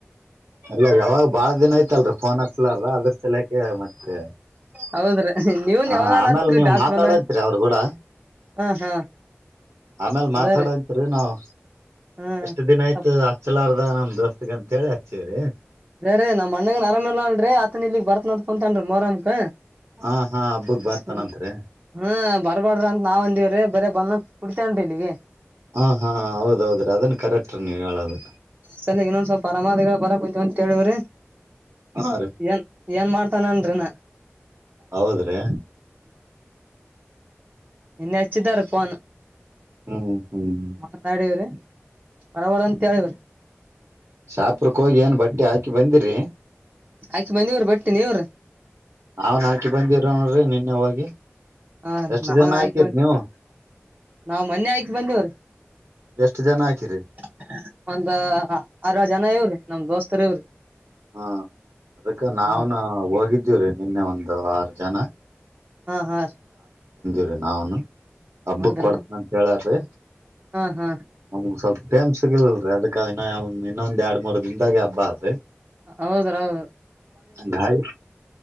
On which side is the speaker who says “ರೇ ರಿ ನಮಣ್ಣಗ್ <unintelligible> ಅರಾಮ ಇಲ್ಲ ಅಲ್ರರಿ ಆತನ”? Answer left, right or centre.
Right